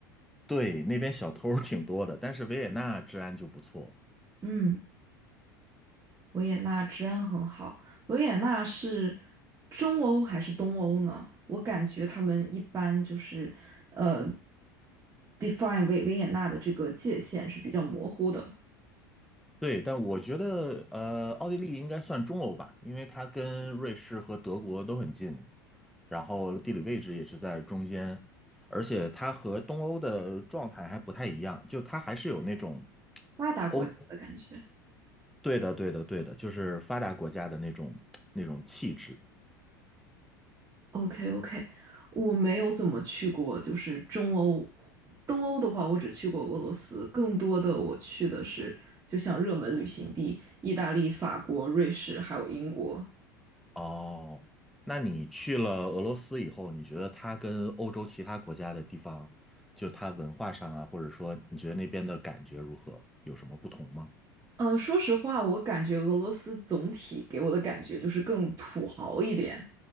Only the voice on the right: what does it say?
嗯，维也纳治安很好。维也纳是中欧还是东欧呢？我感觉他们一般就是呃，define 维维也纳的这个界限是比较模糊的。
发达国家的感觉。
OK OK，我没有怎么去过，就是中欧、东欧的话，我只去过俄罗斯，更多的我去的是就像热门旅行地，意大利、法国、瑞士还有英国。
嗯，说实话，我感觉俄罗斯总体给我的感觉就是更土豪一点，